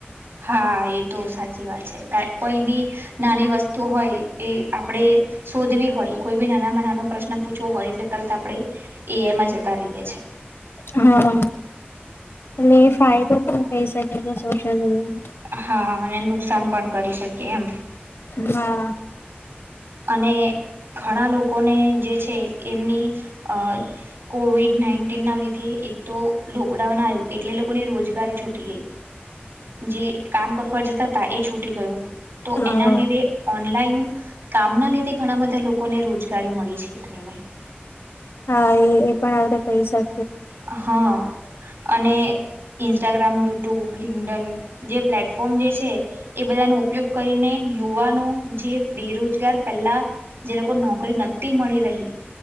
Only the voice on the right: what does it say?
હા એ તો સાચી વાત છે કા કોઈ બી નાની વસ્તુ હોય એ આપણેે શોધવી હોય કોઈ બી નાનામાં નાનો પ્રશ્ન પૂછવો હોય એટલે તરત આપણે એઆઈમા જતા રહીએ છ
હા અને નુકસાન પણ કરી શકે એમ
અને ઘણા લોકોને જે છે, એમની અ કોવિડ નાઈન્ટીન ના લીધે એક તો લોકડાઉન આવ્યું એટલે લોકોને રોજગારી છૂટી ગઈ જે કામ કર ઉપર જતા હતા એ છૂટી ગયું તો
એના લીધે ઓનલાઈન કામના લીધે ઘણા બધા લોકોને રોજગારી મળી છે ટાઈમે
હા અને ઇન્સ્ટાગ્રામ, યુટ્યુબ, લિંકડન જે પ્લેટફોર્મ જે છે એ બધાનો ઉપયોગ કરીને યુવાનો જે બેરોજગાર પહેલા જે લોકો નોકરી નતી મળી રહી.